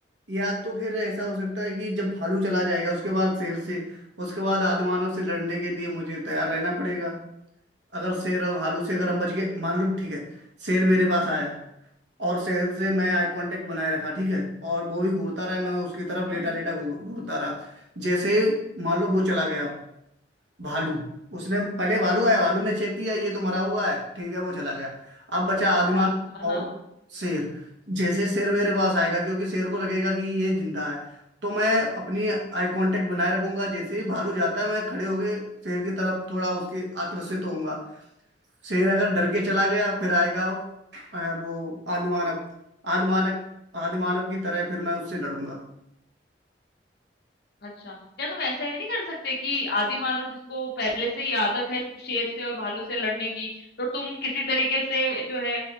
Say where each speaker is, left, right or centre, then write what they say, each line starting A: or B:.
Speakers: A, on the right (about 75°); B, on the left (about 60°).
A: या तो फिर ऐसा हो सकता है कि जब भालू चला जाएगा उसके बाद शेर से उसके बाद आदि मानव से लड़ने के लिए मुझे तैयार रहना पड़ेगा अगर शेर और भालू से अगर हम बच गए मान लो ठीक है शेर मेरे पास आया और से, से मैं आई कांटेक्ट बनाए रखा ठीक है और वो भी घूरता रहा मैं उसकी तरफ लेटा
B: हुँ, हुँ।
A: लेटा घू- घूरता रहा जैसे मान लो वो चला गया भालू उसने पहले भालू आया भालू ने चेक किया ये तो मरा हुआ है ठीक है वो चला गया अब बचा आदिमाल
B: हाँ, हाँ,
A: और
B: हाँ।
A: शेर जैसे शेर मेरे पास आएगा क्योंकि शेर को लगेगा कि ये जिंदा है तो मैं अपनी आई कांटेक्ट बनाए रखूंगा जैसे ही भालू जाता है मैं खड़े होके शेर की तरफ थोड़ा उसके आकर्षित होऊंगा शेर अगर डर के चला गया फिर आएगा अ, वो आदिमानव आदिमानव आदिमानव की तरह फिर मैं उससे लड़ूंगा
B: अच्छा, क्या तुम ऐसा ही नहीं कर सकते कि आदिमानव जिसको पहले से ही आदत है शेर से और भालू से लड़ने की, तो तुम किसी तरीके से जो है